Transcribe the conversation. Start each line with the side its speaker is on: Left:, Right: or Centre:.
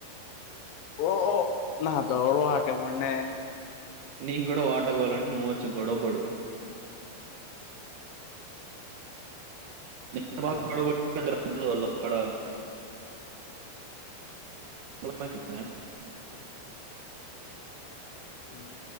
Left: ఓఓ నాతో పాటు ఉండె
Right: నీకు కూడా వాట గావాలంటే నువ్వొచ్చి గొడవ పడు నిను <inaudible> వడ్లు
Left: హలో
Right: వాళ్ళు అక్కడ వినపడట్లేద
Left: ఉ